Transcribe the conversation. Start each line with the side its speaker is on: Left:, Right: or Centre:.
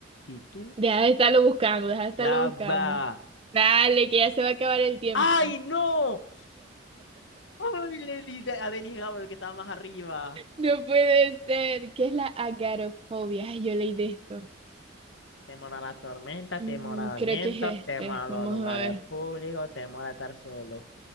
Left: Y tú,
Right: Deja de estarlo buscando, deja de estarlo
Left: ya
Right: buscando.
Left: va.
Right: Dale, que ya se va a acabar el tiempo.
Left: ¡Ay, no! ¡Ay, le di de- a Denis Gabriel que estaba más arriba!
Right: No puede ser. ¿Qué es la agarofobia? Ay, yo leí de esto.
Left: Temor a la tormenta,
Right: Mm,
Left: temor al
Right: creo
Left: viento,
Right: que es
Left: temor
Right: este.
Left: a
Right: Vamos
Left: los lugares
Right: a ver.
Left: públicos, temor a estar solo.